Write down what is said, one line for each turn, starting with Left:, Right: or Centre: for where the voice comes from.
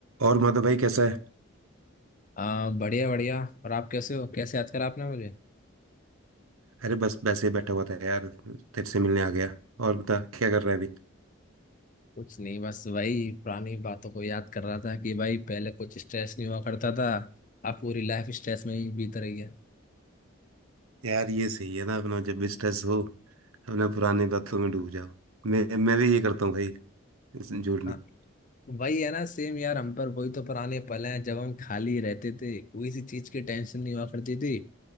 Right: और माधव भाई कैसा है
Left: आ, बढ़िया बढ़िया और आप कैसे हो कैसे याद करा आपने मुझे
Right: अरे बस वैसे ही बैठा हुआ था यार तेरे से मिलने आ गया और बता क्या कर रहा है अभी
Left: कुछ नहीं बस वही पुरानी बातों को याद कर रहा था कि भाई पहले कुछ स्ट्रेस नहीं हुआ करता था अब पूरी लाइफ स्ट्रेस में ही बीत रही है
Right: यार ये सही है ना अपना जब भी स्ट्रेस हो अपना पुरानी बातों में डूब जाओ मैं मैं भी ये करता हूँ भाई इस- झूठ नहीं
Left: हाँ वही है ना सेम यार हम पर वही तो पुराने पल हैं जब हम खाली रहते थे कोई सी चीज की टेंशन नहीं हुआ करती थी